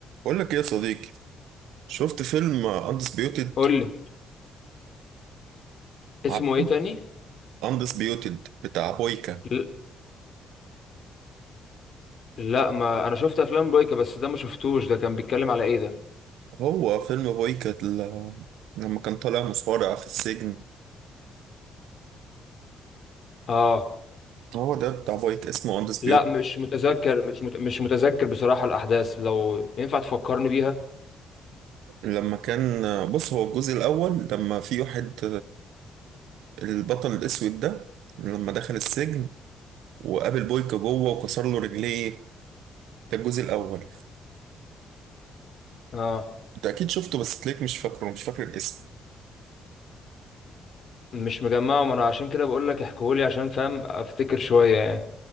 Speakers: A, on the right; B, on the left.
A: بقول لك ايه يا صديقي شفت فيلم اندسبيوتد
B: قول لي اسمه
A: عارفه
B: ايه تاني
A: اندسبيوتد بتاع بويكا
B: ل- لا ما انا شفت افلام بويكا بس ده ما شفتوش ده كان بيتكلم على ايه ده
A: هو فيلم بويكا ال- لما كان طالع مصارع في السجن
B: اه
A: هو ده بتاع بويكا اسمه اندسبيوتد
B: لا مش متذكر مش مت... مش متذكر بصراحة الاحداث لو ينفع تفكرني بيها
A: لما كان بص هو الجزء الاول لما في واحد البطل الاسود ده لما دخل السجن وقابل بويكا جوه وكسر له رجليه ده الجزء الاول
B: اه
A: انت اكيد شفته بس تلاقيك مش فاكره مش فاكر الاسم
B: مش مجمعه ما انا عشان كده بقول لك احكيهولي عشان فاهم افتكر شوية يعني